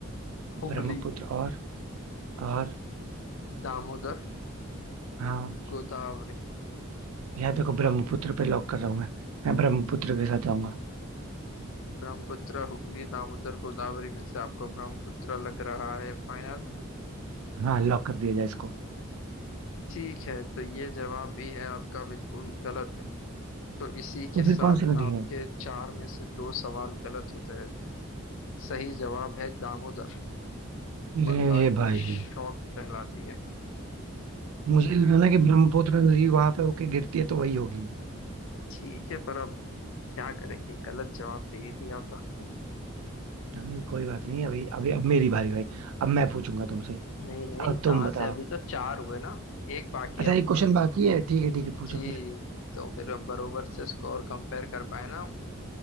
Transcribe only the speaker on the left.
हुगली
दामोदर
गोदावरी
बताओ
ब्रह्मपुत्र हुगली दामोदर गोदावरी में से आपको ब्रह्मपुत्र लग रहा है फाइनल
ठीक है तो ये जवाब भी है आपका बिल्कुल गलत तो इसी
के
साथ
आपके
चार में से दो सवाल गलत होते हैं सही जवाब है दामोदर
बंगाल की
शौक कहलाती है
<laughs> ठीक है पर अब क्या करेंगे गलत जवाब दे ही दिया तो आपने
नहीं नहीं
कहाँ
से अभी तो चार हुए ना एक बाकी
है आपका
जी
तो फिर अब बरोबर से स्कोर कंपेयर कर पाए ना हम